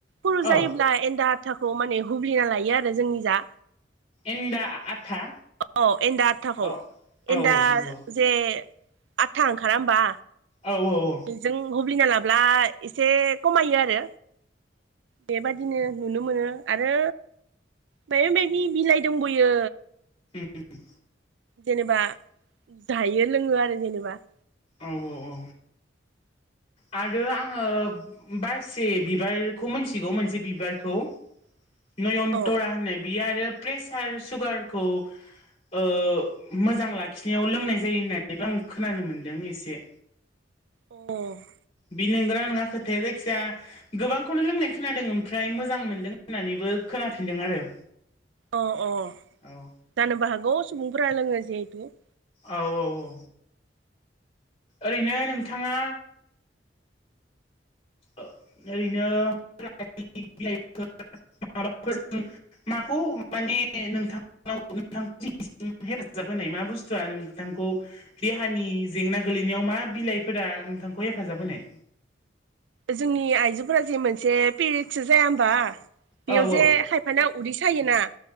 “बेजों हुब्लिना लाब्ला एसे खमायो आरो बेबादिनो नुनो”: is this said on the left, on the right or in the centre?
Right